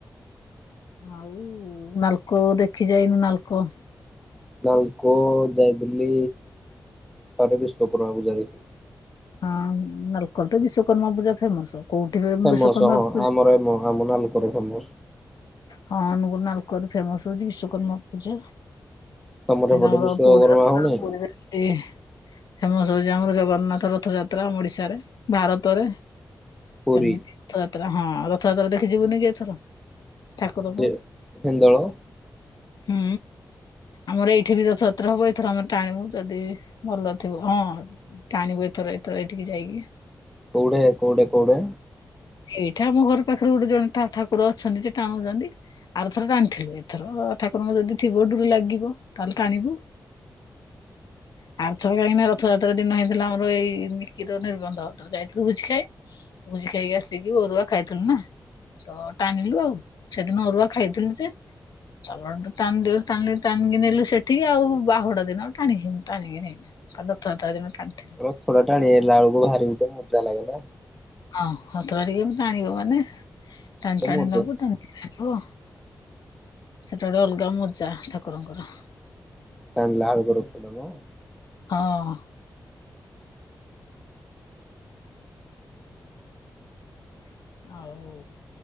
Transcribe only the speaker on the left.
ଆଉ ନାଲକୋ ଦେଖି ଯାଇନୁ ନାଲକୋ
ହଁ, ନାଲକୋ ରେ ବିଶ୍ଵକର୍ମା ପୂଜା ଫେମସ କୋଉଠି
ବିଶ୍ଵକର୍ମା ପୂଜା
ହଁ, ଅନୁଗୁଳ ନାଲକୋ ରେ ଫେମସ ହଉଛି ବିଶ୍ଵକର୍ମା ପୂଜା।
ଆମର
ପ
ପୁରୀ ଫେମସ ହଉଛି ଆମର ଜଗନ୍ନାଥ ରଥ ଯାତ୍ରା ଓଡିଶାରେ ଭାରତରେ।
ସେମିତି ରଥଯାତ୍ରା ହଁ ରଥଯାତ୍ରା ଦେଖିଯିବୁନି ଏଥର। ଠାକୁରଙ୍କୁ
ହୁଁ। ଆମର ଏଇଠି ବି ରଥଯାତ୍ରା ହବ ଏଥର ଆମେ ଟାଣିବୁ ଯଦି ଭଲ ଥିବ ହଁ ଟାଣିବୁ ଏଥର ତ ଏତିିକି ଯାଇକି।
ଏଇଟା ଆମ ଘର ପାଖରେ ଗୋଟେ ଜଣେ ଠାକୁର ଅଛନ୍ତି ସେ ଟାଣୁଛନ୍ତି। ଆର ଥର ଟାଣିଥିଲୁ ଏଥର ଠାକୁରଙ୍କ ଯଦି ଥିବ ଡୋରି ଲାଗିବ ତାହେଲେ ଟାଣିବୁ। <unintelligible> ଆଉ ଥରେ କାହିଁକିନା ରଥଯାତ୍ରା ଦିନ ହେଇଥିଲା ଆମର ଏଇ ନିକିର ନିର୍ବନ୍ଧ ତ ଯାଇଥିଲୁ ଭୋଝି ଖାଇ। ତ ଭୋଜି ଖାଇକି ଆସିକି ଅଧୁଆ ଖାଇଥିଲୁ ନା ତ ଟାଣିଲୁ ଆଉ। ସେଦିନ ଅରୁଆ ଯାଇଥିଲି ଯେ ଚାଣ ତ ଟିଲ ଟାଣିକି ନେଲୁ ସେଠିକି ଆଉ ବାହୁଡା ଦିନ ଆଉ ଟାଣିକି ଟାଣିକି ନେଲୁ। ରଥଯାତ୍ରା ଦିନ ଟାଣିଥିଲୁ।
ହଁ ସତକା ଟିକେ ଟାଣିବ ମାନେ ଟାଣି
ଟାଣି
ନବ ଟାଣି ଓ ସେତଳେ ଅଲଗା ମଜା ଠାକୁରଙ୍କର।
ହଁ। ଆଉ